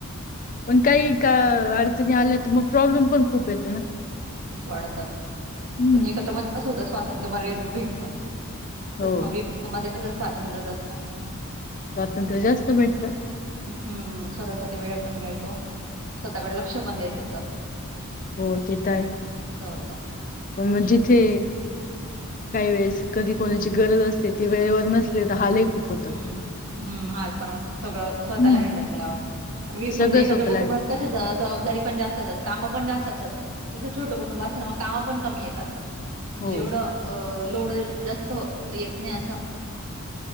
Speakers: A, on the left; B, on the right.
A: पण काही का अडचणी आल्या तर मग प्रॉब्लेम पण खूप येतो ना.
B: खूप वाढतात,
A: हम्म
B: पण एकत्र मध्ये कसं होतं स्वातंत्र्य मर्यादीत भेटतं. तसं
A: हो
B: मग विभक्त मध्ये पण स्वातंत्र्यच असतं.
A: स्वातंत्र्य जास्त भेटतं.
B: हम्म, स्वतःसाठी वेळ पण मिळतो, स्वतःकडे लक्ष पण देता येतं.
A: हो ते तर आहे.
B: असं होतं.
A: पण मग जिथे काही वेळेस कधी कोणाची गरज असते ती वेळेवर नसले तर हालही
B: हम्म
A: खूप होतात
B: हम्म, हाल पण होतात सगळं स्वतःला
A: हम्म
B: हँडल करावं पण वि म्हणजे
A: सगळं
B: एकत्र
A: स्वतःला
B: कुटुंबात
A: हँड
B: कशा ज जबाबदारी पण जास्त असतात, कामं पण जास्त असतात. तसं छोटं कुटुंब असलं ना मग कामं पण कमी येतात, म्हणजे
A: हो
B: एवढं अ लोड अ‌ जास्त येत नाही असं.